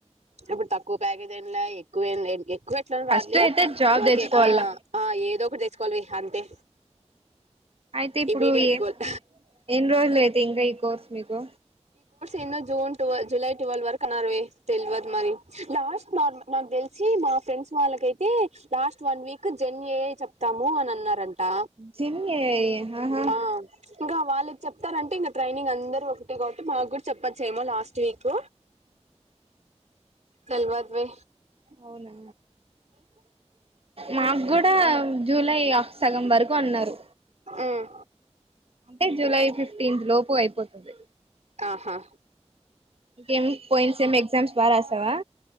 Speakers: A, on the right (about 80°); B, on the right (about 55°).
A: ఇప్పుడు తక్కువ ప్యాకేజ్ అయిన లే ఎక్కువ ఎక్కువ ఎట్లాగో
B: ఫస్ట్
A: రాదులే
B: అయితే జాబ్
A: ఒకే
B: తెచ్చుకోవాల
A: అ ఆ ఏదో ఒకటి తెచ్చసుకోవాలివి అంతే
B: అయితే ఇప్పుడు
A: ఇమీడియట్
B: ఏ
A: గోల్
B: ఎన్ని రోజులు అయితే ఇంకా ఈ కోర్స్ మీకు
A: ఎన్నో జూన్ టు జూలై ట్టువెల్్ వరకు అన్నారు వే తెలువదు మరి లాస్ట్ మ మాక్ తెలిసి మ మా ఫ్రెండ్స్ వాళ్ళకైతే లాస్ట్ వన్ వీక్ జర్న్ ఎఐ చెప్తాము అని అన్నారం టా
B: జిమ్ ఏఐ ఆహా
A: అ ఇంకా వాళ్ళకి చెప్తారంటే ఇంకా ట్రైనింగ్ అందరు ఒక కాబట్టి మాకు కూడా చెప్పోచ్చు ఏమో లాస్ట్ వీక్ తెల్వాద్ వే
B: అవునా మాకు కూడా జూలై సగం వరకు అన్నారు
A: మ్మ్
B: అంటే జూలై ఫిఫ్టీన్త్ లోపు అయిపోతది
A: ఆహా
B: ఎం పయిన సేమ్ ఎక్జామ్స్ బారాసావా